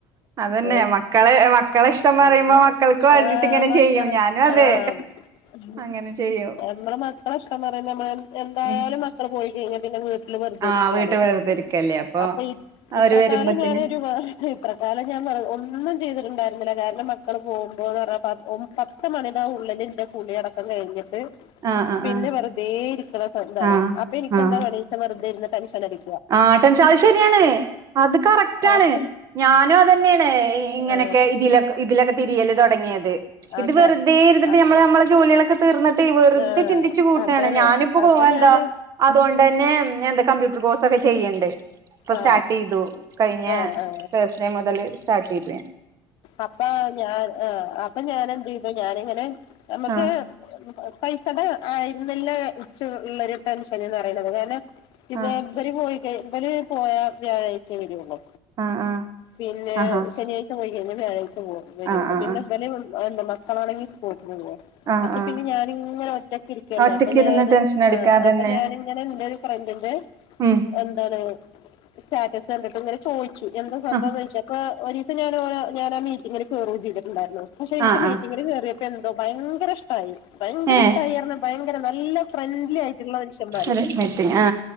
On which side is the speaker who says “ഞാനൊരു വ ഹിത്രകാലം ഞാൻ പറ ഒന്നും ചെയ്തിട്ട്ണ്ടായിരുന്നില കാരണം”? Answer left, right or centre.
Left